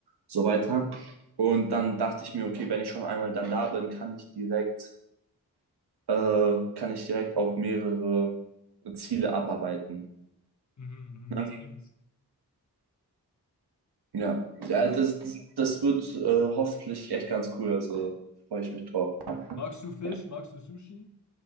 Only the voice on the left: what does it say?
Mhm,
mhm, das klingt.
Ja.
Magst du Fisch?
Magst du Sushi?